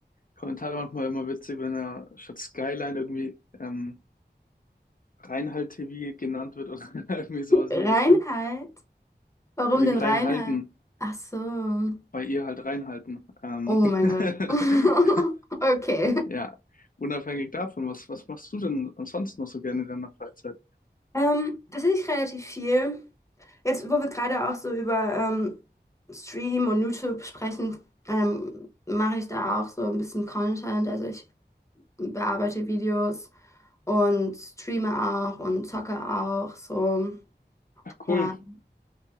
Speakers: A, on the left; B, on the left.
A: Kommentare manchmal immer witzig, wenn er statt Skyline irgendwie ähm, Reinhalt TV genannt wird oder <laughs> irgendwie sowas
B: Reinheit.
A: in die Richtung.
B: Warum
A: Wegen
B: denn
A: Reinhalten.
B: Reinheit? Ach so.
A: bei ihr halt reinhalten. Ähm,
B: Oh mein Gott.
A: <laughs>
B: <laughs> Okay.
A: ja, unabhängig davon, was, was machst du denn ansonsten noch so gerne in deiner Freizeit?
B: Ähm, tatsächlich relativ viel. Jetzt, wo wir gerade auch so über ähm, Stream und YouTube sprechen, ähm, mache ich da auch so ein bisschen Content. Also ich bearbeite Videos und streame auch und zocke auch so.
A: Ach cool,
B: Ja.